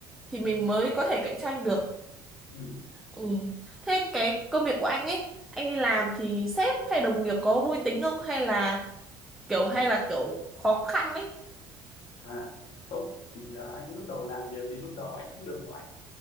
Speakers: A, in the centre; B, on the left.
A: thì
B: Ừ.
A: mình mới có thể cạnh tranh được.
B: ừ. ừ.
A: Ừ. Thế cái công việc của anh ấy, anh đi làm thì sếp hay đồng nghiệp có vui tính không hay là kiểu hay là kiểu khó khăn ấy
B: à không thì ờ, anh lúc đầu làm việc thì lúc đầu anh cũng được